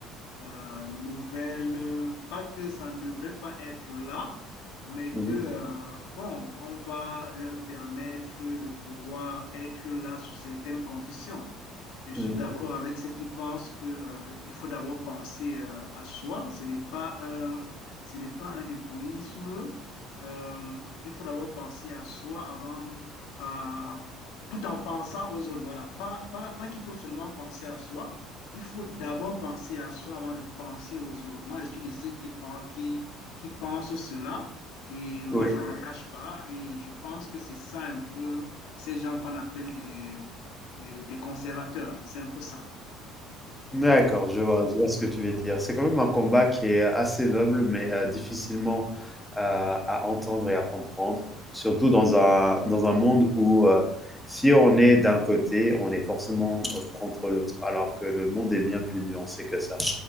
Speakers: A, on the left; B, in the centre.
A: euh, nouvelles, pas que ça ne devrait pas être là mais
B: Mmh
A: que, euh, bon, on va leur permettre de pouvoir être là sous certaines conditions. Je suis
B: mh.
A: d'accord avec ceux qui pensent que, euh, il faut d'abord penser euh, à soi. Ce n'est pas un, ce n'est pas un égoïsme. Euh, il faut d'abord penser à soi avant, à- tout en pensant aux autres. Voilà. Pas, pas, pas qu'il faut seulement penser à soi. Il faut d'abord penser à soi avant de penser aux autres. Moi, je suis de ceux qui, pen- qui, qui pensent cela. Et moi,
B: Oui,
A: je ne me cache pas. Et je pense que c'est ça un peu ces gens qu'on appelle des des, des conservateurs. C'est un peu ça.
B: d'accord, je vois je vois ce que tu veux dire. C'est quand même un combat qui est assez noble, mais heu, difficilement à à entendre et à comprendre, surtout dans un dans un monde où, heu, si on est d'un côté, on est forcément, heu, contre l'autre, alors que le monde est bien plus nuancé que ça.